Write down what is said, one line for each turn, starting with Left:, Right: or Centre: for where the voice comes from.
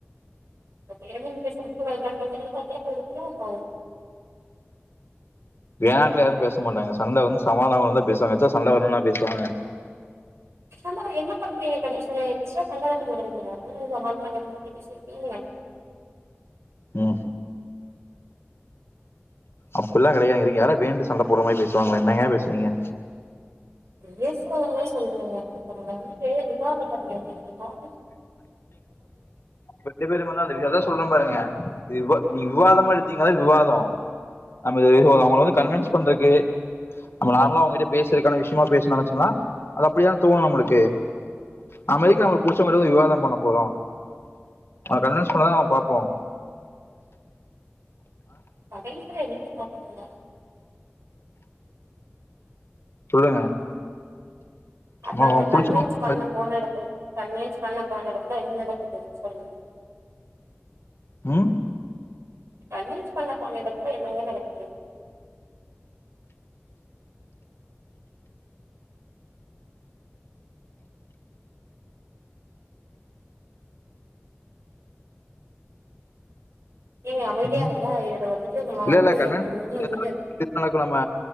Right: கேள்வி கேட்குறதுக்கும் என்னனு கேட்குறதுக்கும் வித்தியாசம் இருக்கா இல்லையா
Left: என்கிட்ட யாரும் பேச மாட்டாங்க சண்ட வந்து சமாதானம் பேசுவாங்க இல்லாச்சு சண்ட வரணும்னா பேசுவாங்க
Right: இப்பயுமே என்ன பண்றீங்க கடைசியா எக்ஸ்ட்ரா பிரச்சனைய பெருசாக தானே சமாளிக்க பாக்குறீங்க
Left: உம் அப்டில்லாம் கிடையாதுங்க இதுங்க யாரும் வேனுண்டு சண்ட போட்ற மாரி பேசுவாங்கள என்னங்க பேசுரிங்க
Right: பேசுறவங்கள தான் சொல்றேங்க இப்ப விவாதம் பண்ணவா இருக்கோம்
Left: ரெண்டு பேருமே அதான் சொல்றேன் பாருங்க நீ விவாதமா எடுத்தீங்க விவாதம் நம்ம அவங்க வந்து கன்வின்ஸ் பண்றக்கு நம்ம நார்மலா அவங்க கிட்ட பேசுறதுக்கான விஷயமா பேசனோம்னு சொன்னா அது அப்படிதான் தோணும் நம்மளுக்கு அத மாதிரிக்கு நம்ம பிடிச்சவங்கட்ட தான் விவாதம் பண்ண போறோம் கன்வின்ஸ் பண்ணதா நம்ம பாப்போம்
Right: கடைசியா என்ன சொன்னாங்க தெரியுமா
Left: சொல்லுங்க
Right: அதாங்க
Left: நம்ம அவங்க
Right: கன்வின்ஸ்
Left: புடிச்சவங்க
Right: பண்ண போன எடத்துல கன்வின்ஸ் பண்ண போன எடத்துல என்ன நடக்குது சொல்லுங்க
Left: ம்
Right: கன்வின்ஸ் பண்ண போன எடத்துல என்னங்க நடக்குது நீங்க அமைதியா
Left: ம்.
Right: இருந்தா இவங்க வந்துட்டு நம்ம
Left: இல்ல
Right: வந்து
Left: இல்ல கன்வின்ஸ்
Right: ஒரு இதுல அமைதியா <inaudible>
Left: நடக்கும் நம்ம